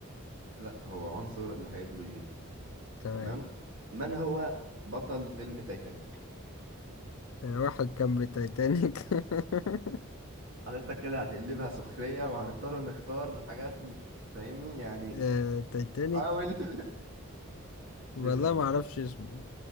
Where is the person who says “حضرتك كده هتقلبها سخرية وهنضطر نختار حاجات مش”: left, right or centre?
Right